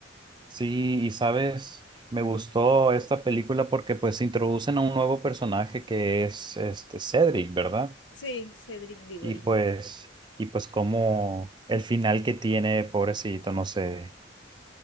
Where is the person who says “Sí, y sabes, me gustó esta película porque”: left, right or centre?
Right